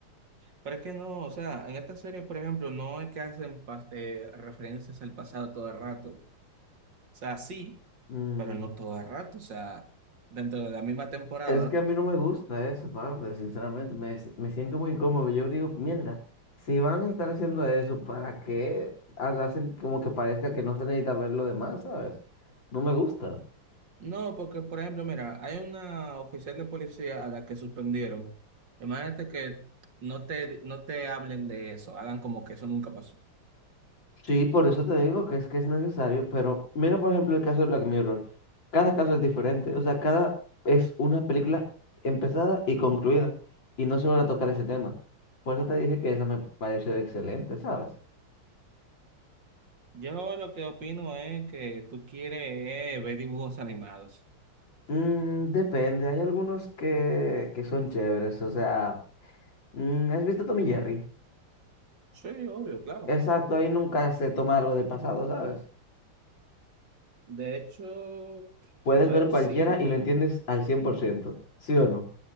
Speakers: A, on the right; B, on the left.
A: Pero es que no, o sea, en esta serie, por ejemplo, no es que hacen pas- eh, referencias al pasado todo el rato. O sea, sí,
B: Mm,
A: pero no todo el rato. O sea, dentro de la misma temporada.
B: es que a mí no me gusta esa parte, sinceramente. Me, s- me siento muy incómodo. Yo digo, mierda, si van a estar haciendo eso, ¿para qué Ah, lo hacen como que parezca que no se necesita ver lo demás, ¿sabes? No me gusta.
A: No, porque por ejemplo, mira, hay una oficial de policía a la que suspendieron. Imagínate que no te, no te hablen de eso, hagan como que eso nunca pasó.
B: Sí, por eso te digo que es que es necesario, pero mira por ejemplo el caso de Black Mirror. Cada caso es diferente, o sea, cada es una película empezada y concluida, y no se vuelve a tocar ese tema. Por eso te dije que esa me pareció excelente, ¿sabes?
A: Yo lo que opino es que tú quieres eh, ver dibujos animados.
B: Mm, depende, hay algunos que, que son chéveres, o sea, mm, ¿has visto Tommy Jerry?
A: Sí, obvio, claro.
B: Exacto, ahí nunca se toma algo del pasado, ¿sabes?
A: De hecho,
B: Puedes
A: a ver,
B: ver cualquiera
A: sí,
B: y lo entiendes al cien por ciento ¿sí o no?